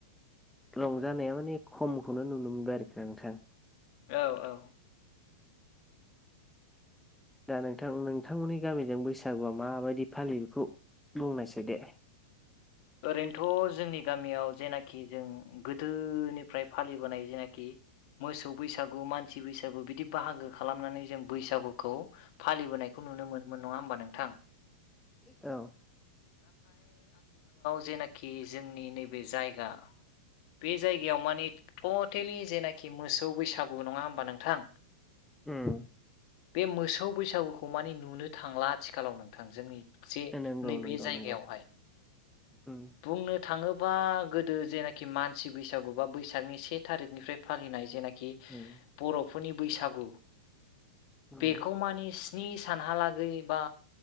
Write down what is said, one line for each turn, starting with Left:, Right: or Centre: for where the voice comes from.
Centre: रंजानायावनि खमखौनो नुनो मोनबाय आरोखि नोंथां।
Left: औ औ।
Centre: दा नोंथां नोंथांमोननि गामिजों बैसागुआ माबायदि फालियो बेखौ बुंलनायसै दे?
Left: ओरैनोथ जोंनि गामियाव जेनाखि जों गोदोनिफ्राय फालि फालिबोनाय जेनेखि मोसौ बैसागु मानसि बैसागु बिदि बाहागो खालामनानै जों बैसागुखौ फालिबोनायखौ नुनो मोनो मोन नङा होमबा नोंथां?
Centre: औ।
Left: जेनेखि जोंनि नैबे जायगा बे जायगायाव माने एथ <unintelligible> जेनाखि मोसौ बैसागु नङा होमबा नोंथां?
Centre: उम।
Left: बे मोसौ बैसागुखौ माने नुनो थांला आथिखालाव नोंथां जोंनि जे
Centre: नंगौ
Left: नैबे
Centre: नंगौ
Left: जायगायावहाय।
Centre: नंगौ उम
Left: बुंनो थाङोबा गोदो जेनाखि मानसि बैसागु बैसागु बा बैसागनि से थारिखनिफ्राय फालिनाय जेनेखि
Centre: उम
Left: बर'निफोरनि बैसागु
Centre: उम
Left: बेखौ माने स्नि सानहालागै बा